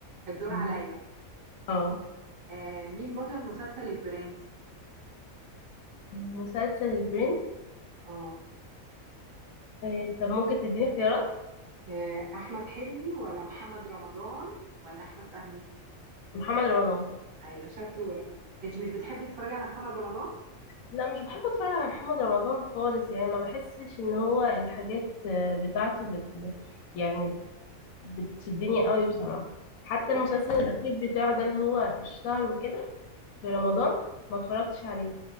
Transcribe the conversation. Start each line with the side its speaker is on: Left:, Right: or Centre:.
Right: الدور
Left: مم.
Right: عليا
Left: اه
Right: آه مين بطل مسلسل البرنس؟
Left: مسلسل البرنس
Right: اه
Left: آه، طب ممكن تديني اختيارات
Right: آه، احمد حلمي ولا محمد رمضان ولا احمد فهمي
Left: محمد رمضان
Right: ايوه شطوره انت مش بتحبي تتفرجي على محمد رمضان
Left: لا مش بحب اتفرج على محمد رمضان خالص يعني ما بحسش ان هو الحاجات آه، بتاعته بت... يعني بتشدني قوي بصراحة حتى
Right: هو
Left: المسلسل
Right: كان
Left: الاخير بتاعه ده اللي هو اشتهر وكده في رمضان ما اتفرجتش عليه